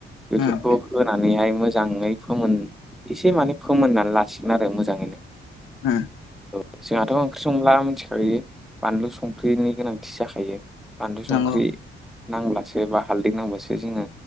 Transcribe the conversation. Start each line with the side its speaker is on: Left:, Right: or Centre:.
Centre: बेफोरखौ
Left: उम
Centre: होनानैहाय मोजांङै फोमोन एसे माने फोमोननानै लासिगोन आरो मोजांङैनो
Left: उम
Centre: जोंहाथ' ओंख्रि संब्ला मिथिखायो बानलु संख्रिनि गोनांथि जाखायो बानलु संख्रि
Left: नंगौ
Centre: नांब्लासो बा हालदै नांब्लासो जोंङो